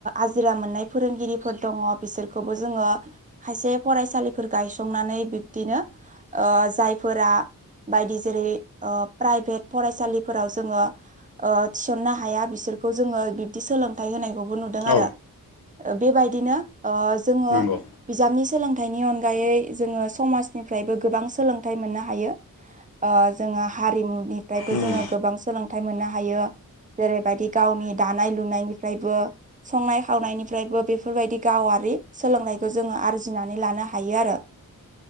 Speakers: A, on the right; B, on the left.
A: आजिरा मोननाय फोरोंगिरिफोर दङ बिसोरखौबो जोङो खायसे फरायसालिफोर गायसंनानै बिब्दिनो ओ जायफोरा बायदि जेरै प्राइभेट फरायसालिफोराव जोङो थिसननो हाया बिसोरखौ जोङो बिब्दि सोलों थाय होनायखौबो नुदों आरो
B: औ
A: बेबायदिनो ओ जोङो
B: नंगौ
A: बिजाबनि सोलोंथाइनि अनगायै जोङो समाजनिफ्रायबो गोबां सोलोंथाइ मोननो हायो। ओ जोङो हारिमुनि फ्रायबो
B: उम
A: जोङो गोबां सोलोंथाइ मोननो हायो जेरैबायदि गावनि दानाय लुनायनि फ्रायबो संनाय खावनायनिफ्रायबो बेफोरबायदि गावारि सोलोंनायखौ जोङो आरजिनानै लानो हायो आरो।